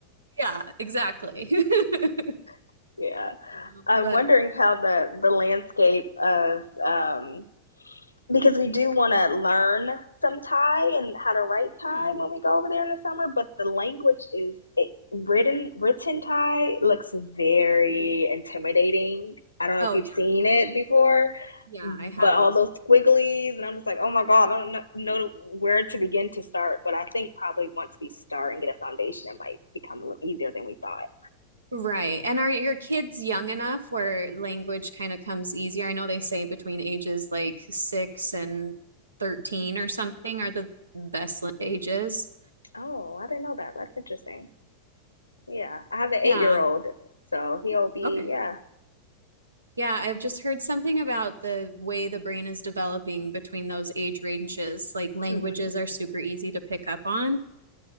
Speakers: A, on the right; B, on the left.
A: Yeah, exactly. <laughs>
B: <laughs> yeah.
A: Uh,
B: I'm
A: But
B: wondering how the, the landscape of, um, because we do want to learn some Thai and how to write
A: yeah.
B: Thai when we go over there in the summer. But the language is it, written written Thai looks very intimidating. I don't know
A: Oh
B: if you've
A: yeah.
B: seen it before,
A: Yeah,
B: but
A: I have.
B: all those squigglies and I'm just like, oh my god, I don't know where to begin to start. But I think probably once we start and get a foundation, it might become a little easier than we thought.
A: Right. And are your kids young enough where language kind of comes easier? I know they say between ages like six and 13 or something are the best la- ages.
B: Oh, I didn't know that. That's interesting. Yeah, I have an eight
A: Yeah.
B: year old, so he'll be
A: Okay.
B: yeah.
A: Yeah, I've just heard something about the way the brain is developing between those age ranges. Like languages
B: Mm-hmm.
A: are super easy to pick up on.